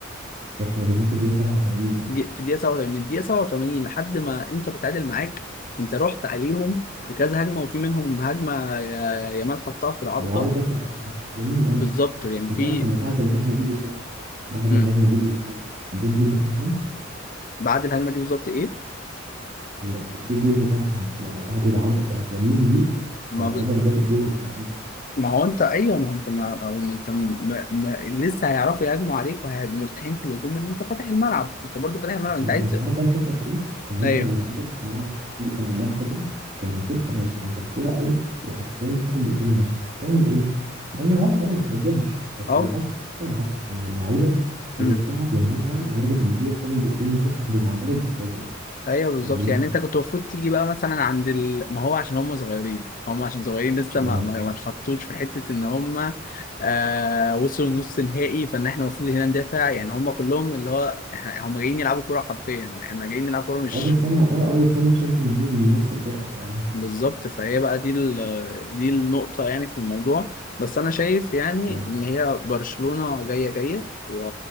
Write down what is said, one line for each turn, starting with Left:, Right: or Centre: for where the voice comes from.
Right: احنا جبناه في الدقيقه 87 اه
Left: جه في الدقيقه 87 من الدقيقه 87 لحد ما انتر اتعادل معاك انت رحت عليهم بكذا هجمه وفي منهم هجمه يا- يامال حطها في العارضه
Right: العارضه بتاعت لامين اه
Left: بالظبط يعني
Right: انت
Left: في
Right: تعرف ان بعد الهجمه دي بالظبط بعد
Left: امم
Right: الهجمه دي بالظبط جه الجول بتاعهم
Left: بعد الهجمه دي بالظبط ايه؟
Right: ال- جه الجول بتاعهم يعني بعد العارضه بتاعت لامين دي
Left: ما
Right: يعتبر
Left: بز...
Right: جت الجول بتاع انتر
Left: ما هو انت ايوه ما هو انت ما هو انت ما... ما... لسه هيعرفوا يهاجموا عليك وهيبقوا مرتاحين في الهجوم ان انت فاتح الملعب انت برضو فاتح الملعب انت
Right: ما
Left: عايز
Right: ما انت عارف بقى الفكره في ايه ان انت
Left: ايوه
Right: لو اللعيبه اللي في الملعب دي كان عندها خبره كان المفروض خلاص انت الكوره اوت وحرفيا فاضل دقيقتين ونص تعمل ايه ضيع وقت بقى ما تهاجمش بس
Left: اه
Right: اللي حصل العكس ان اللعيبه هي
Left: امم
Right: بتلعب للمتعه لدرجه ان هي فاضل دقيقتين وتصعد ومع ذلك بتهاجم
Left: ايوه بالظبط
Right: فاهمني
Left: يعني انت كنت المفروض تيجي بقى مثلا عند ال... ما هو عشان هم صغيرين هم عشان صغيرين لسه
Right: اه
Left: ما ما ما اتحطوش في حته ان هم آه وصلوا نص نهائي فان احنا المفروض هنا ندافع يعني هم كلهم اللي هو احنا هم جايين يلعبوا كوره حرفيا احنا جايين نلعب كوره مش
Right: اول سنه اه اول سنه تشامبيونز ليج من نص الفرقه تقريبا
Left: بالظبط فهي بقى دي ال- دي النقطة يعني في الموضوع بس أنا شايف يعني
Right: اه
Left: إن هي برشلونة جاية جاية و-